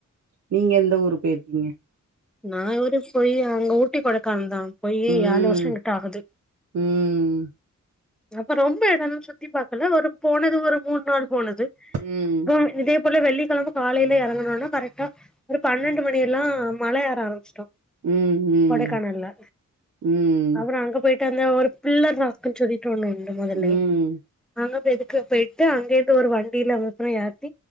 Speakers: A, on the right; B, in the centre.
A: நீங்க எந்த ஊரு போயிருக்கீங்க
B: நா ஓரு போய் அங்க ஊட்டி கொடைக்கானல் தான் போய்
A: ம்
B: ஆலோசனை கிட்ட ஆகுது
A: ம்
B: அப்ப ரொம்ப இடம்ன்னு சுத்தி பாக்கல ஒரு போனது ஒரு மூணு நாள் போன இது
A: ம்
B: கும் இதே அப்பள்ள வெள்ளிக்கிழம காலைல இறங்கனும்னா கரெக்டா ஒரு பன்னெண்டு மணி எல்லாம் மல ஏற ஆரம்பிச்சிட்டோம்
A: ம் ம்
B: கொடைக்கானல
A: ம்
B: அப்ரோ அங்க போயிட்டு ந்த ஒரு பில்லர் ராக்குன் சொல்லி ண்ண உண்டு முதல்ல
A: ம்
B: அங்க எதுக்கு போயிட்டு அங்க இருந்து ஒரு வண்டியில அப்றம் யாத்தி